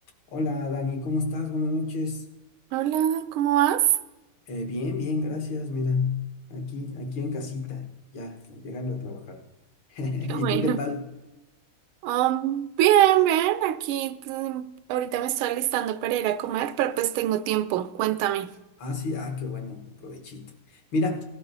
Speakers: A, on the left; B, on the right.
A: Hola Dani, ¿cómo estás? Buenas noches.
B: Hola, ¿cómo vas?
A: Eh, bien, bien, gracias. Mira, aquí, aquí en casita, ya, llegando a trabajar. <laughs>
B: Qué
A: ¿Y
B: bueno.
A: tú qué tal?
B: Um, bien, bien, aquí mm, ahorita me estoy alistando para ir a comer, pero pues tengo tiempo, cuéntame.
A: Ah, sí, ah, qué bueno, provechito. Mira,